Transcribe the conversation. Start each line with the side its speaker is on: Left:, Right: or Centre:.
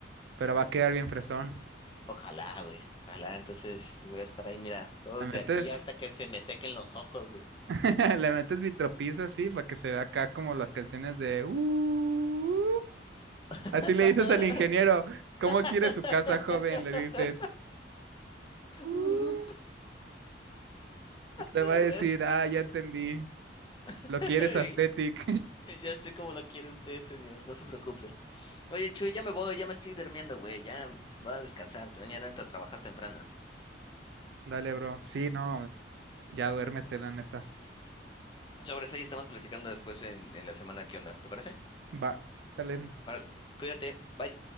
Right: Pero va a quedar bien fresón.
Left: ojalá, güey, ojalá, entonces voy a estar ahí, mira, todo
Right: ¿Te metes
Left: de aquí hasta que se me sequen los ojos, güey.
Right: <laughs> Le metes vitropiso así para que se vea acá como las canciones de "Uh".
Left: <laughs>
Right: Así le dices al ingeniero, ¿cómo
Left: <laughs>
Right: quiere su casa, joven? Le dices, "Uh",
Left: Uh,
Right: y te
Left: a
Right: va a decir,
Left: huevo.
Right: ah, ya entendí,
Left: <laughs> <laughs>
Right: lo quieres aesthetic. <laughs>
Left: Ya sé cómo lo quiere usted, señor, no se preocupe. Oye, Chuy, ya me voy, ya me estoy durmiendo, güey, ya voy a descansar, pero mañana entro a trabajar temprano.
Right: Dale, bro. Sí, no, ya duérmete, la neta.
Left: Sobre eso ahí estamos platicando después en, en la semana, ¿qué onda? ¿Te parece?
Right: Va, dale.
Left: Órale, cuídate, bye.